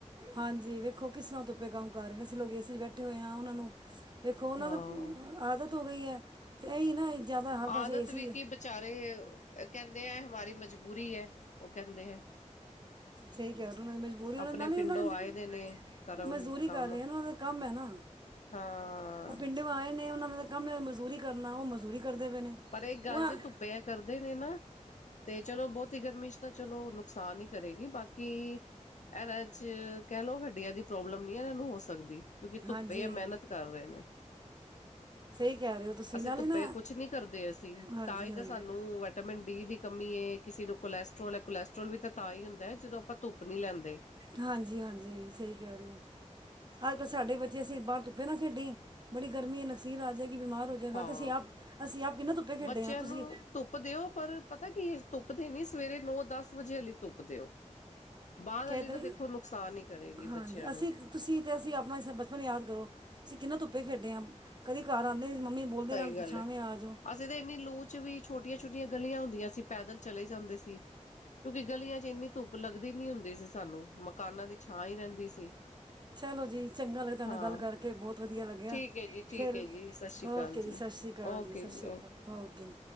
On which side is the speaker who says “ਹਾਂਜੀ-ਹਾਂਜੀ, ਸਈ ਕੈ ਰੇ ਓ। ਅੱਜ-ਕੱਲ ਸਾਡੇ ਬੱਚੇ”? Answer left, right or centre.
Right